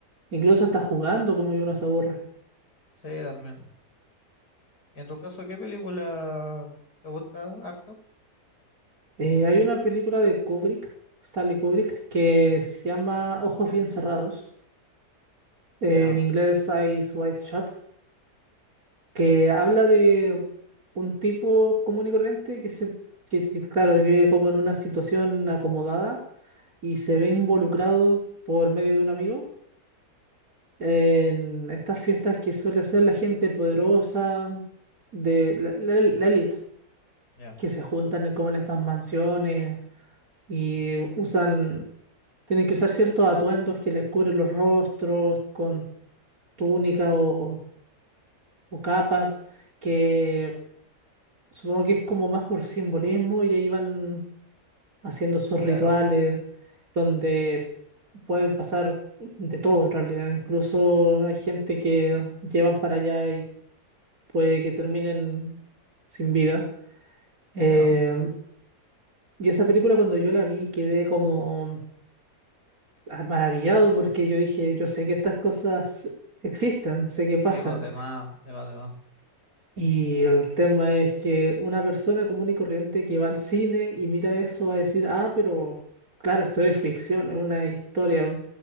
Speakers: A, on the right; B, on the left.
A: Incluso hasta jugando, como que uno se aburre.
B: Sí, también. ¿Y en tu caso qué película te gusta harto?
A: Eh, hay una película de Kubrick, Stanley Kubrick, que se llama Ojos bien cerrados. en
B: Ya,
A: inglés, Eyes Wide Shut. que habla de un tipo común y corriente que se, que, que, claro, vive como en una situación acomodada y se ve involucrado por medio de un amigo en estas fiestas que suele hacer la gente poderosa de la la- la élite,
B: ya,
A: que se juntan en- como en estas mansiones y usan, tienen que usar ciertos atuendos que les cubren los rostros con túnicas o o capas que Supongo que es como más por simbolismo y ahí van haciendo sus
B: claro,
A: rituales donde pueden pasar de todo en realidad. Incluso hay gente que llevan para allá y puede que terminen sin vida. Eh,
B: claro.
A: y esa película cuando yo la vi quedé como ah, maravillado porque yo dije, yo sé que estas cosas existen, sé que
B: Sí,
A: pasan.
B: pues de más, de más, de más.
A: Y el tema es que una persona común y corriente que va al cine y mira eso va a decir, ah, pero claro, esto es ficción, es una historia,